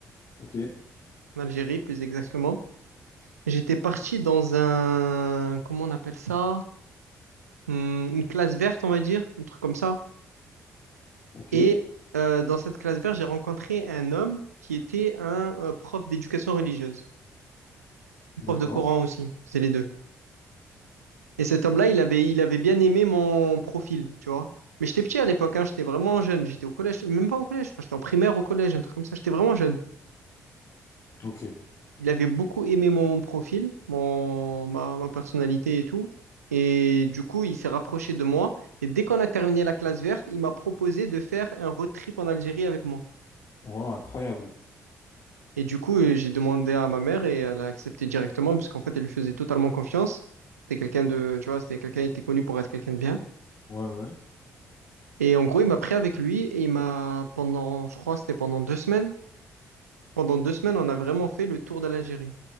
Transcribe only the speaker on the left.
Ok.
Ok.
D'accord.
Ok.
Wow, incroyable.
Ouais, ouais.